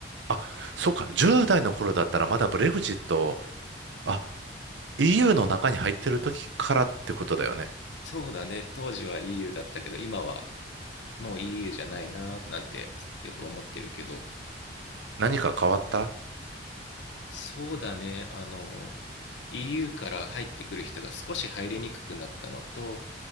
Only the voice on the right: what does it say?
あ、そうか。10代の頃だったらまだブレグジット、あ、EU の中に入ってる時からってことだよね。
何か変わった